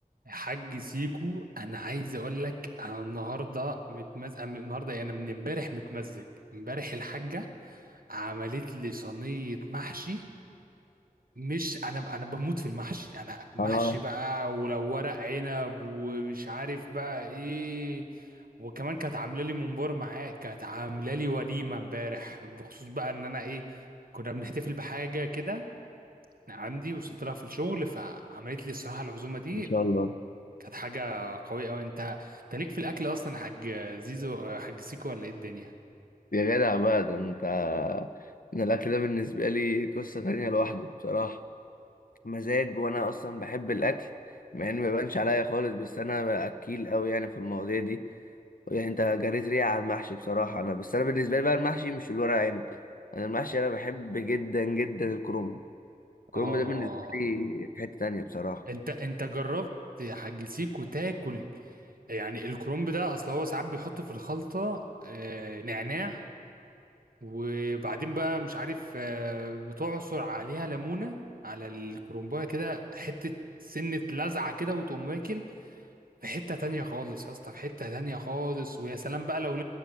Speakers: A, on the right; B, on the left.
A: يا حاج سيكو انا عايز اقول لك انا النهارده متمزج أنا النهارده يعني من امبارح متمزج امبارح الحاجه عملت لي صينيه محشي مش انا انا بموت في المحشي انا محشي
B: اه
A: بقى ولو ورق عنب ومش عارف بقى ايه وكمان كانت عامله لي ممبار معاه كانت عامله لي وليمه امبارح بخصوص بقى ان انا ايه كنا بنحتفل بحاجه كده عندي وصلت لها في الشغل فعملت لي الصراحه العزومه دي
B: ما شاء الله
A: كانت حاجة قوية أوي أنت أنت ليك في الأكل أصلا يا حاج زيزو حاج سيكو ولا إيه الدنيا؟
B: يا جدع بقى ده انت ان الاكل ده بالنسبه لي قصه تانية لوحده بصراحه مزاج وانا اصلا بحب الاكل مع انه ما يبانش عليا خالص بس انا اكيل قوي يعني في المواضيع دي يعني انت جريت ريقي على المحشي بصراحه انا بس انا بالنسبه لي بقى المحشي مش الورق عنب انا المحشي انا بحب جدا جدا الكرنب الكرنب
A: آه
B: ده بالنسبه لي في حته تانية بصراحه
A: أنت أنت جربت يا حاج سيكو تاكل يعني الكرنب ده أصل هو ساعات بيحط في الخلطة آه، نعناع وبعدين بقى مش عارف آه، بتعصر عليها ليمونة على الكرنباية كده حتة سنة لزعة كده وتقوم واكل في حتة تانية خالص يا اسطى في حتة تانية خالص ويا سلام بقى لو